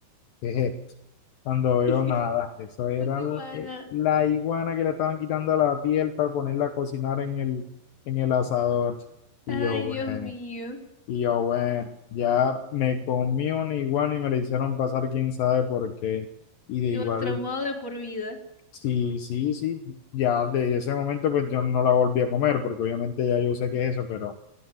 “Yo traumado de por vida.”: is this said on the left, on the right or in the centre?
Centre